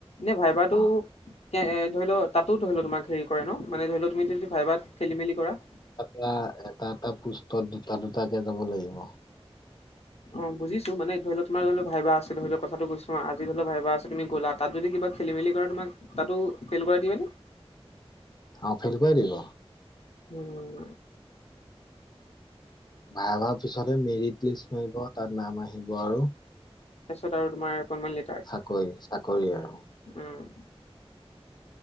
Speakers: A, on the left; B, on the left.
A: নে ভাইবাটো
B: অ'।
A: এ এ ধৰি ল তাতো ধৰি ল তোমাক হেৰি। কৰে ন মানে ধৰি লও তুমি যদি ভাইবাট খেলি মেলি কৰা।
B: এয়া এটা এটা পুষ্টত দুটা দুটাকে যাব লাগিব।
A: অ বুজিছো মান ধৰি লও তোমাৰ ধৰি ল ভাইবাৰ আছে ধৰি লও কথাটো কৈছো অ আজি ধৰি লওক ভবা আছে তুমি গ'লা তাত যদি কিবা খেলি মেলি কৰা তোমাক তাতো ফেল কৰাই দিয়ে নে।
B: অ ফেল কৰাই দিব।
A: উম।
B: ভাইবাৰৰ পিছতহে মেৰিট লিষ্ট মাৰিব তাত নাম আহিব আৰু।
A: তাৰপিছত আৰু তোমাৰ এপইনমেন্ট লেট
B: চাকই চাকৰি আৰু।
A: উম।